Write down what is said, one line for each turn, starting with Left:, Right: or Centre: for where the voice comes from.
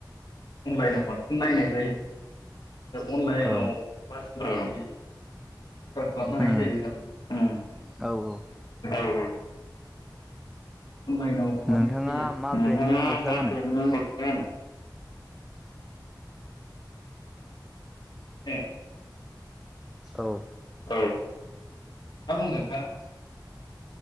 Left: अनलाइनाव बांसिन नायनाय जायो ओ अनलाइनाव
Centre: औ
Left: बासि बासि अर्डार खालामनो
Centre: उम
Left: हायो जाहैबाय नालाय उम फसायनाय
Centre: औ औ
Left: औ औ अनलाइनाव <unintelligible> खालामनाय
Centre: नोंथाङा
Left: जायो आरो
Centre: मा
Left: नोंथाङा
Centre: ब्रेन्डनि गस्ला
Left: मा
Centre: गानो
Left: ब्रेन्डनि <inaudible> ए
Centre: औ
Left: औ मा बुंदों नोंथाङा